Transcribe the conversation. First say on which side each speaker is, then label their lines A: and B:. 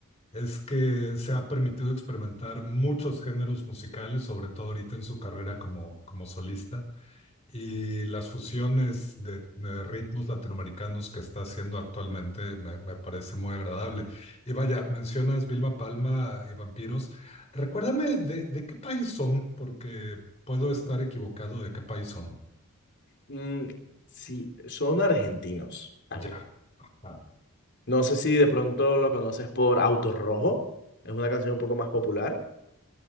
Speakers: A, on the left; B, on the left.
A: es que se ha permitido experimentar muchos géneros musicales, sobre todo ahorita en su carrera como, como solista. Y las fusiones de, de ritmos latinoamericanos que está haciendo actualmente me, me parece muy agradable. Y vaya, mencionas Vilma Palma y Vampiros. Recuérdame de, de qué país son, porque puedo estar equivocado de qué país son.
B: Mm, sí, son argentinos también.
A: Ya. Ah.
B: No sé si de pronto lo conoces por Auto Rojo. Es una canción un poco más popular.